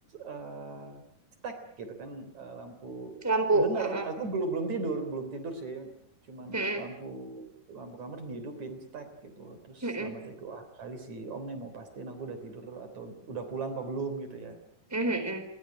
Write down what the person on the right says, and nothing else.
eh, cetek gitu kan eh, lampu
denger
aku belum belum tidur belum tidur sih cuman
lampu lampu kamar dihidupin cetek gitu loh terus
dalam hati aku ah kali si om nih mau pastiin aku udah tidur atau udah pulang apa belum gitu ya